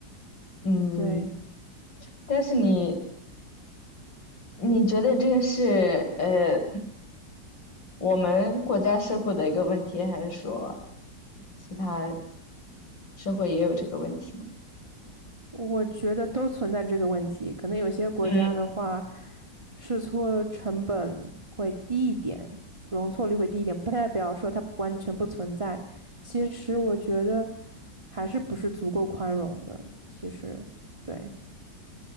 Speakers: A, on the left (about 85°); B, on the right (about 15°).
A: 嗯，
B: 对。
A: 但是你你觉得这个是呃我们国家社会的一个问题，还是说其他社会也有这个问题呢？
B: 我觉得都存在这个问题，可能有些国家的话，
A: 嗯
B: 试错成本会低一点，容错率会低一点，不代表说它完全不存在。其实我觉得还是不是足够宽容的。其实，对。